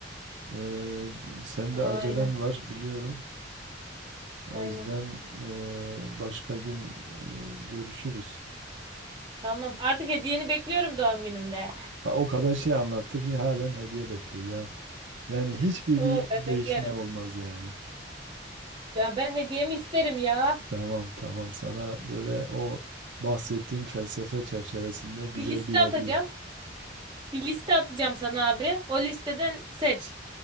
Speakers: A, on the right (about 80°); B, on the right (about 25°).
A: E, sen
B: Aynen,
A: de acelen var biliyorum. O
B: aynen.
A: yüzden e, başka gün e, görüşürüz.
B: Tamam. Artık hediyeni bekliyorum doğum günümde.
A: Ha, O kadar şey anlattık yine halen hediye bekliyor ya. Yani hiçbir
B: <laughs> Oo,
A: bir
B: ben
A: değişme
B: beklerim.
A: olmaz yani.
B: Ya ben hediyemi isterim ya.
A: Tamam tamam sana böyle o bahsettiğim felsefe çerçevesinde güzel
B: Bir liste
A: bir hediye.
B: atacağım. Bir liste atacağım sana abi. O listeden seç.